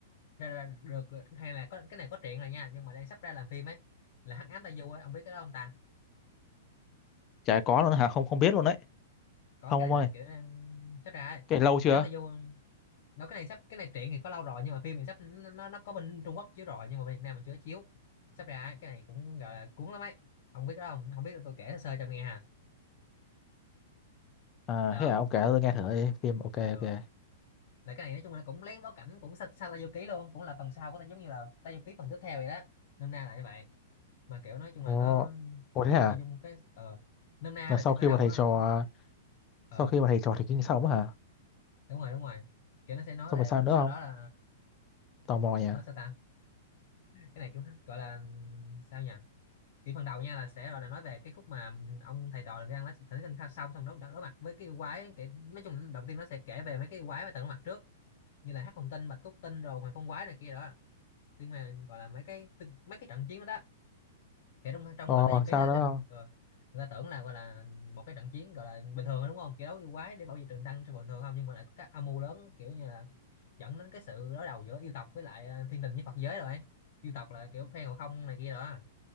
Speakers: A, on the left (about 55°); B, on the left (about 30°).
A: ra, ra được hay là có cái này có truyện rồi nha nhưng mà đang sắp ra làm phim ấy là Hắc Ám Tây Du ấy ông biết cái đó không ta?
B: chả có luôn hả? Không không biết luôn đấy.
A: Có
B: Không
A: cái
B: ông
A: này
B: ơi,
A: là kiểu đang sắp ra ấy.
B: cái lâu chưa?
A: Hắc Ám Tây Du đâu cái này sắp cái này truyện thì có lâu rồi nhưng mà phim thì sắp nó nó có bên Trung Quốc chiếu rồi nhưng mà bên Việt Nam mình chưa chiếu sắp ra ấy, cái này cũng gọi là cuốn lắm ấy không biết đó không không biết tôi kể sơ sơ cho nghe ha
B: À,
A: được không
B: thế hả? ông kể tôi nghe thử đi. Phim ok
A: ừ.
B: ok.
A: là cái này nói chung là cũng lấy bối cảnh cũng sau sao Tây Du Ký luôn cũng là phần sau của ta giống như là Tây Du Ký phần tiếp theo vậy đó nôm na là như vậy mà kiểu nói chung
B: Ồ,
A: là nó
B: ồ thế
A: cái
B: hả?
A: nội dung cái ờ nôm na
B: Là
A: là
B: sau
A: cái khởi
B: khi
A: đầu
B: mà thầy
A: của nó
B: trò
A: là- ờ
B: sau khi mà thầy trò thì kinh xong á hả?
A: đúng rồi đúng rồi kiểu nó sẽ nói
B: Xong
A: về
B: rồi sao
A: lúc
B: nữa
A: sau
B: không?
A: đó là
B: Tò mò nhỉ?
A: nó sao ta cái này cũng gọi là sao nhỉ thì phần đầu nha là sẽ gọi là nói về cái khúc mà ông thầy trò đang nói thỉnh kinh kha xong xong đối, đối, đối mặt với cái yêu quái kể, nói chung là đầu tiên nó sẽ kể về mấy cái yêu quái mà từng đối mặt trước như là hắc hồng tinh bạch cốt tinh rồi hoàng phong quái này kia đó nhưng mà gọi là mấy cái tư- mấy cái trận chiến đó đó kể trong trong
B: Ồ,
A: gọi là vô ký
B: sao
A: người
B: nữa
A: ta, sẽ,
B: không?
A: ờ, người ta tưởng là gọi là một cái trận chiến gọi là bình thường thôi đúng không kiểu đấu yêu quái để bảo vệ trường đăng cho bình thường không nhưng mà lại có các âm mưu lớn kiểu như là dẫn đến cái sự đối đầu giữa yêu tộc với lại ờ, thiên đình với Phật giới rồi ấy. yêu tộc là kiểu phe ngộ không này kia đó